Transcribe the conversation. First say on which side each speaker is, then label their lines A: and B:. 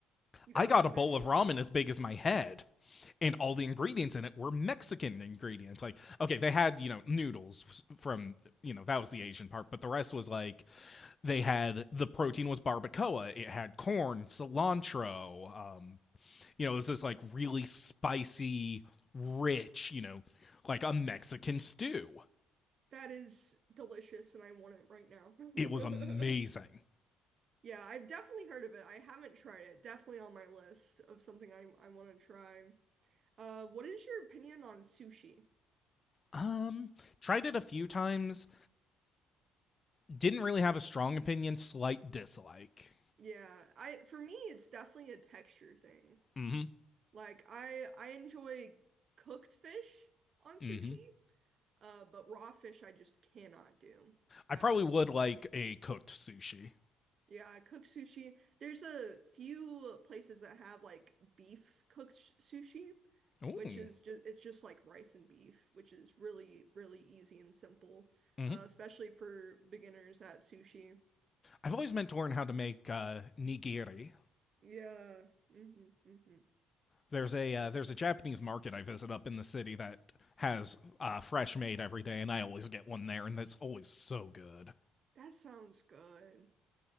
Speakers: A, on the right; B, on the left.
A: you
B: I
A: got
B: got
A: like
B: a
A: an
B: bowl
A: actual
B: of ramen
A: ramen.
B: as big as my head, and all the ingredients in it were Mexican ingredients. Like, okay, they had, you know, noodles from, you know, that was the Asian part, but the rest was like they had the protein was barbacoa. It had corn, cilantro. Um, you know, it was this like really spicy, rich, you know, like a Mexican stew.
A: That is delicious, and I want it right now.
B: It was amazing.
A: <laughs> Yeah, I've definitely heard of it. I haven't tried it. Definitely on my list of something I I want to try. Uh, what is your opinion on sushi?
B: Um, tried it a few times. Didn't really have a strong opinion. Slight dislike.
A: Yeah, I for me it's definitely a texture thing.
B: Mm-hmm.
A: Like I I enjoy cooked fish on sushi,
B: Mm-hmm.
A: uh, but raw fish I just cannot do
B: I
A: at
B: probably
A: all.
B: would like a cooked sushi.
A: Yeah, cooked sushi. There's a few places that have like beef cooked sh- sushi,
B: Ooh.
A: which is just it's just like rice and beef, which is really really easy and simple,
B: Mm-hmm.
A: uh, especially for beginners at sushi.
B: I've always meant to learn how to make uh, nigiri.
A: Yeah. hmm hmm
B: There's a uh, there's a Japanese market I visit up in the city that has uh, fresh made every day, and I always get one there, and that's always so good.
A: That sounds good.